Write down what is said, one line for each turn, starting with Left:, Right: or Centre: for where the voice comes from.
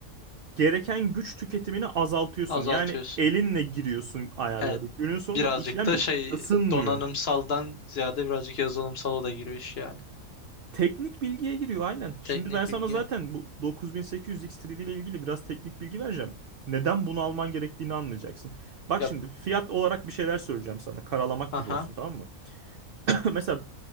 Right: gereken güç tüketimini azaltıyorsun.
Left: Azaltıyorsun.
Right: Yani elinle giriyorsun ayarları.
Left: He,
Right: Günün sonunda
Left: birazcık
Right: işlemcin
Left: da şey
Right: ısınmıyor.
Left: donanımsaldan ziyade birazcık yazılımsala da giriyor iş yani.
Right: Teknik bilgiye giriyor aynen. Şimdi
Left: Teknik
Right: ben sana
Left: bilgi.
Right: zaten bu 9800 X3D ile ilgili biraz teknik bilgi vereceğim. Neden bunu alman gerektiğini anlayacaksın. Bak
Left: Yap.
Right: şimdi fiyat olarak bir şeyler söyleyeceğim sana. Karalamak
Left: Aha.
Right: gibi olsun tamam mı? <laughs> Mesela